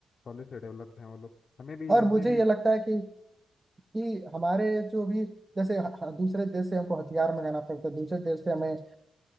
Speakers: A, on the left; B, on the right.
A: पहले से डेवलप्ड हैं वो लोग हमें भी
B: और
A: हमें
B: मुझे
A: भी
B: ये लगता है कि कि हमारे जो भी जैसे ह- ह- दूसरे देश से हमको हथियार मंगाना पड़ता है दूसरे देश से हमें अ,